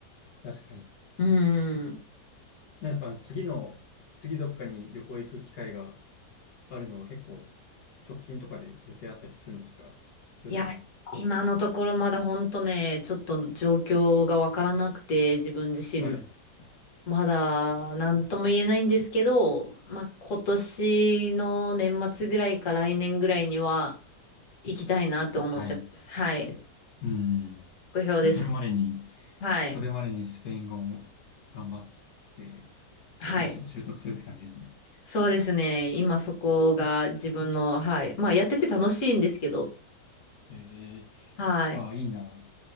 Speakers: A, on the left; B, on the left.
A: 確かに。
B: うーん。
A: なんですか、あの、次の、次どっかに旅行行く機会があるのは結構直近とかで予定あったりするんですかそれとも。
B: いや、今のところまだ本当ね、ちょっと状況がわからなくて、自分自身の。
A: はい。
B: まだ何とも言えないんですけど、まあ、今年の年末ぐらいか来年ぐらいには行きたいなと思ってます。
A: 行きたい。う
B: はい。
A: ーん。
B: 目標です。
A: じゃあ、それまでに、
B: はい。
A: それまでにスペイン語も頑張って、
B: はい。
A: もうちょっと習得するって感じですね。
B: そうですね。今そこが自分の、はい。まあやってて楽しいんですけど、
A: ええ
B: はい。
A: ああ、いいな。